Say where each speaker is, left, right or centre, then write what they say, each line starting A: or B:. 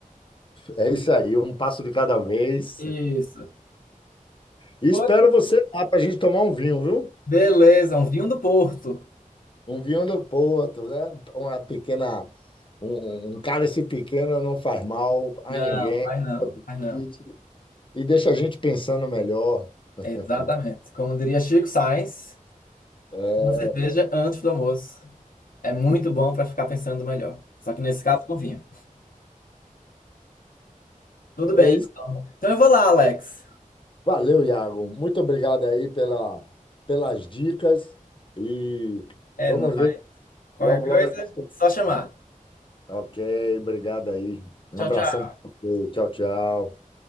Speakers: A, on the left; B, on the left.
A: É isso aí, um passo de cada vez.
B: Isso.
A: E
B: Pois,
A: espero você lá para a gente tomar um vinho, viu?
B: beleza, um vinho do Porto.
A: Um vinho do Porto, né? Uma pequena, um, um um cálice pequeno não faz mal a
B: Não,
A: ninguém
B: faz não, faz não.
A: e, e deixa a gente pensando melhor. <laughs>
B: Exatamente. Como diria Chico Sainz,
A: É
B: uma cerveja antes do almoço é muito bom para ficar pensando melhor. Só que nesse caso, com vinho. Tudo bem.
A: é isso.
B: Então, Então eu vou lá, Alex.
A: Valeu, Iago. Muito obrigado aí pela, pelas dicas e
B: É
A: vamos
B: nóis.
A: ver
B: Qualquer
A: logo,
B: coisa,
A: logo. a gente tem- que-
B: só chamar.
A: Ok, obrigado aí. Um
B: Tchau,
A: abração.
B: tchau.
A: pra você. Tchau, tchau.